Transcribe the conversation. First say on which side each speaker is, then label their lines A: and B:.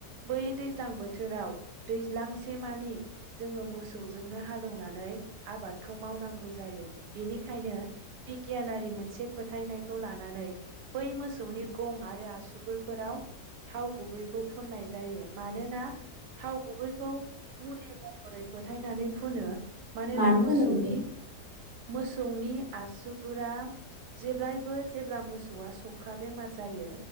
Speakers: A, on the right; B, on the right.
A: बै दैज्लां बोथोराव दैज्लांसे मानि जोङो मोसौजोंनो हालौनानै आबादखौ मावनांगौ जायो बेनिखायनो बिगियानारि मोनसे फोथायनाय खौ लानानै बै मोसौनि गं आरो आसुगुरफोराव थाव गुबैखौ फुननाय जायो मानोना थाव गुबैखौ मुलि महरै फोथायनानै फुनो। मानोना
B: मानो
A: मोसौनि
B: फोनो बेखौ?
A: मोसौनि आसुगुराव जेब्लायबो जेब्ला मोसौआ सौखा बेमार जायो